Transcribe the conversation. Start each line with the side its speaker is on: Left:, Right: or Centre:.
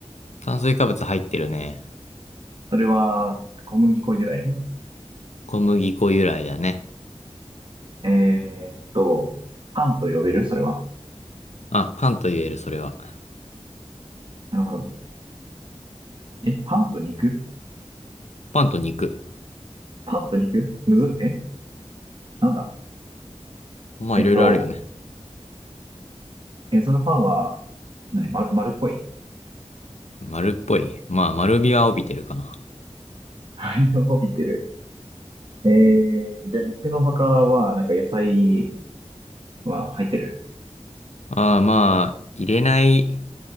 Left: 炭水化物入ってるね。
Right: それは、小麦粉由来
Left: 小麦粉由来だね。
Right: えーっと、パンと呼べるそれは。
Left: まあ、パンと言える、それは。
Right: なるほど。え、パンと肉
Left: パンと肉。
Right: パンと肉むずっ、え、なんだ
Left: まあいろいろあるよね。
Right: えっと、え、そのパンは、何、ま、丸っこい。
Left: 丸っぽい。まあ丸みは帯びてるかな。
Right: <laughs> あれを帯びてる。ええー、じゃあ肉の他は、なんか野菜は入ってる
Left: ああまあ、入れない、